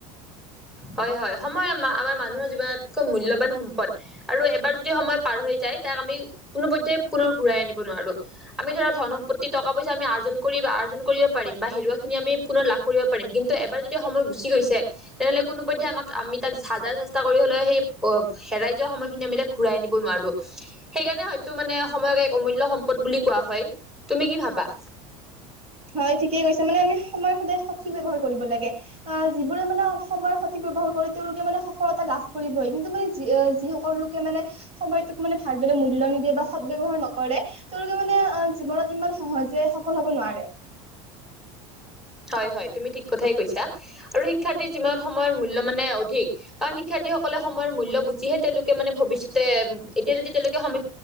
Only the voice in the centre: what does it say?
হয় হয় সময় আম আমাৰ মানুহৰ জীৱনতকৈ মূল্যবান সম্পদ আৰু এবাৰ যদি সময় পাৰ হৈ যায় তাক আমি কোনো পধ্যেই পুনৰ ঘূৰাই আনিব নোৱাৰোঁ আমি ধৰা ধন সম্পত্তি টকা পইচা আমি আৰ্জন কৰি‌ আৰ্জন কৰিব পাৰিম বা হেৰুৱাখিনি আমি পুনৰ লাভ কৰিব পাৰিম কিন্তু এবাৰ যদি সময় গুচি গৈছে তেনেহ'লে কোনোপধ্যেই আমাক আমি তাক হাজাৰ চেষ্টা কৰি হলেও সেই হেৰাই যোৱা সময়খিনি আমি তাক ঘূৰাই আনিব নোৱাৰোঁ সেইকাৰণে হয়তো মানে সময়ক এক অমূল্য সম্পদ বুলি কোৱা হয় তুমি কি ভাবা
হয়, হয়, তুমি ঠিক কথাই কৈছা আৰু শিক্ষাৰ্থীৰ জীৱনত সময়ৰ মূল্য মানে অধিক। কাৰণ শিক্ষাৰ্থীসকলে সময়ৰ মূল্য বুজিহে তেওঁলোকে মানে ভৱিষ্যতে উম, এতিয়া যদি তেওঁলোকে সম